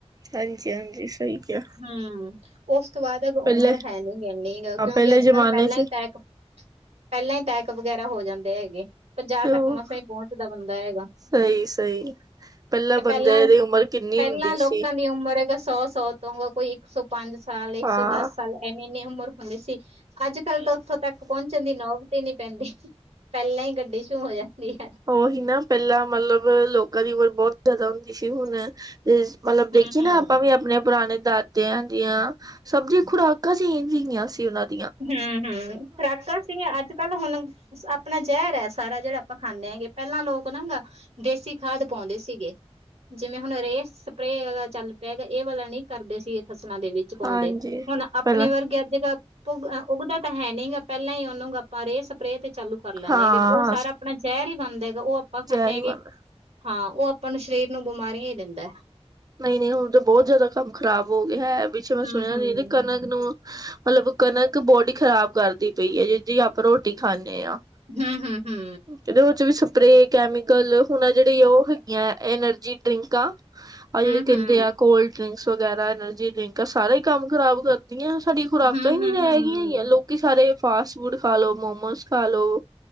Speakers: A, on the right (about 35°); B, on the right (about 70°).
A: ਹਾਂਜੀ ਹਾਂਜੀ ਸਹੀ ਕਿਹਾ
B: ਹੂੰ ਉਸ ਤੋਂ ਬਾਅਦ ਅ
A: ਪਹਿਲੇ
B: ਉਮਰ ਹੈ ਨੀ ਪਹਿਲੀ ਗਲ
A: ਹਾਂ
B: ਕਿਉਂਕਿ
A: ਪਹਿਲੇ
B: ਅੱਜ
A: ਜ਼ਮਾਨੇ
B: ਕੱਲ ਪਹਿਲਾਂ
A: ਚ
B: ਹੀ ਅਟੈਕ ਪਹਿਲਾਂ ਹੀ ਅਟੈਕ ਵਗੈਰਾ ਹੋ ਜਾਂਦੇ ਹੈਗੇ ਪੰਜਾਹ
A: ਤੇ
B: ਤੱਕ
A: ਉਹ
B: ਮਸੇ ਪਹੁੰਚਦਾ ਬੰਦਾ ਹੈਗਾ
A: ਸਹੀ ਸਹੀ
B: ਤੇ
A: ਬੰਦੇ
B: ਪਹਿਲਾਂ
A: ਦੀ ਉਮਰ ਕਿੰਨੀ
B: ਪਹਿਲਾਂ
A: ਹੁੰਦੀ
B: ਲੋਕਾਂ
A: ਸੀ
B: ਦੀ ਉਮਰ ਸੌ ਸੌ ਤੋਂਗਾ ਕੋਈ ਇੱਕ ਸੌ ਪੰਜ ਸਾਲ ਇੱਕ
A: ਹਾਂ
B: ਸੌ ਦਸ ਸਾਲ ਇੰਨੀ- ਇੰਨੀ ਉਮਰ ਹੁੰਦੀ ਸੀ ਅੱਜ ਕਲ ਤਾਂ ਉੱਥੋਂ ਤੱਕ ਪਹੁੰਚਣ ਦੀ ਨੌਬਤ ਨੌਬਤ ਨੀ ਪੈਂਦੀ ਪਹਿਲਾਂ ਹੀ ਗੱਡੀ ਸ਼ੂ ਹੋ ਜਾਂਦੀ ਹੈ।
A: ਉਹੀ ਨਾ ਪਹਿਲਾਂ ਮਤਲਬ ਲੋਕਾਂ ਦੀ ਉਮਰ ਬਹੁਤ ਜ਼ਿਆਦਾ ਹੁੰਦੀ ਸੀ ਹੁਣ ਤੇ ਮਤਲਬ
B: ਹੂੰ,
A: ਦੇਖੀਏ
B: ਹੂੰ।
A: ਨਾ ਆਪਾਂ ਵੀ ਆਪਣੇ ਪੁਰਾਣੇ ਦਾ ਤੇਆਂ ਦੀਆਂ ਸਭ ਦੀ ਖੁਰਾਕਾਂ ਚੇਂਜ ਹੀਆਂ ਸੀ ਉਹਨਾਂ ਦੀ
B: ਹਮ-ਹਮ ਖੁਰਾਕਾਂ ਸਿਆ ਅੱਜ ਪਹਿਲ ਹੁਣ ਆਪਣਾ ਜ਼ਹਿਰ ਹੈ ਸਾਰਾ ਜਿਹੜਾ ਆਪਾਂ ਖਾਂਦੇ ਹੈਗੇ ਪਹਿਲਾਂ ਲੋਕ ਨਾ ਗ ਦੇਸੀ ਖਾਦ ਪਾਉਂਦੇ ਸੀਗੇ ਜਿਵੇਂ ਹੁਣ ਰੇ ਸਪਰੇਅ ਚੱਲ ਪਏਗਾ ਇਹ ਵਾਲਾ ਨਹੀਂ ਕਰਦੇ ਸੀਗੇ ਫਸਲਾਂ ਦੇ ਵਿੱਚ ਪਾਉਂਦੇ
A: ਹਾਂਜੀ
B: ਹੁਣ ਆਪਣੇ
A: ਪਹਿਲਾਂ
B: ਵਰਗੇ ਅੱਜ ਕਲ ਉਗਦਾ ਤਾਂ ਹੈ ਨੀ ਗਾ ਪਹਿਲਾਂ ਹੀ ਉਹਨੂੰ ਆਪਾਂ ਰੇਹ ਸਪਰੇ ਤੇ ਚਾਲੂ ਕਰ ਲੈਂਦੇ
A: ਹਾਂ
B: ਹਾਂਗੇ ਤੇ ਉਹ ਸਾਰਾ ਆਪਣਾ ਜ਼ਹਿਰ ਹੀ ਬਣਦਾ ਹੈਗਾ ਉਹ ਆਪਾਂ ਖਾਂਦੇ
A: ਜ਼ਹਿਰ ਹੀ
B: ਆਂਗੇ
A: ਬਣਦਾ
B: ਹਾਂ ਉਹ ਆਪਾਂ ਨੂੰ ਸਰੀਰ ਨੂੰ ਬਿਮਾਰੀਆਂ ਹੀ ਦਿੰਦਾ
A: ਨਹੀਂ ਨਹੀਂ ਹੁਣ ਤਾਂ ਬਹੁਤ ਜ਼ਿਆਦਾ ਕੰਮ ਖ਼ਰਾਬ ਹੋ ਗਿਆ ਹੈ ਪਿੱਛੇ ਮੈਂ
B: ਹੂੰ-ਹੂੰ,
A: ਸੁਣਿਆ ਨਹੀਂ ਤੇ ਕਣਕ ਨੂੰ ਮਤਲਬ ਕਣਕ ਬੋਡੀ ਖ਼ਰਾਬ ਕਰਦੀ ਪਈ ਹੈ ਜਿ ਜ ਆਪਾਂ ਰੋਟੀ ਖਾਂਦੇ ਹਾਂ
B: ਹੂੰ, ਹੂੰ, ਹੂੰ
A: ਕਦੇ ਉਹ ਚ ਵੀ ਸਪਰੇ ਕੈਮੀਕਲ ਹੁਣ ਜਿਹੜੀ ਆ ਉਹ ਹੈਗੀੀਆਂ ਐਨਰਜੀ ਡਰਿੰਕ ਆ ਆਹ ਜਿਹੜੇ
B: ਹੂੰ-ਹੂੰ,
A: ਕਹਿੰਦੇ ਆ ਕੋਲਡ ਡਰਿੰਕਸ ਵਗੈਰਾ ਐਨਰਜੀ ਡਰਿੰਕ ਆ ਸਾਰਾ ਹੀ ਕੰਮ ਖਰਾਬ ਕਰ ਆਂ ਸਾਡੀਆਂ ਖੁਰਾਕਾਂ
B: ਹੂੰ-ਹੂੰ,
A: ਹੀ ਨਹੀਂ ਤਾਂ ਹੈਗੀਆਂ ਹੀ ਆ ਲੋਕੀ ਸਾਰੇ ਫਾਸਟ ਫੂਡ ਖਾ ਲੋ ਮੋਮੋਸ ਖਾ ਲੋ